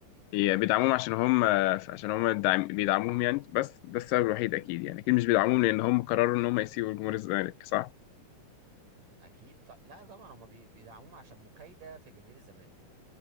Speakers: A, on the left (about 85°); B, on the right (about 70°).
A: هي بيدعموهم عشان هم عشان هم داعم- بيدعموهم يعني بس ده السبب الوحيد اكيد يعني اكيد مش بيدعموهم لان هم قرروا ان هم يسيبوا جمهور الزمالك صح
B: اكيد ط... لا طبعا هم بي... بيدعموهم عشان مكايده في جماهير الزمالك